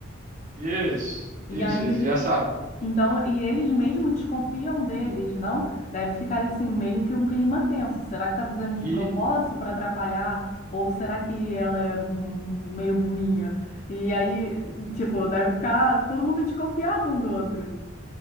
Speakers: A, on the right; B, on the left.
A: Isso,
B: E
A: isso,
B: aí
A: eles
B: eles,
A: já sabem.
B: então, e eles mesmo desconfiam deles, não? Deve ficar assim meio que um clima tenso. Será que está fazendo de
A: E
B: propósito para atrapalhar ou será que ela é hum, meio burrinha? E aí, tipo, deve ficar todo mundo desconfiado um do outro.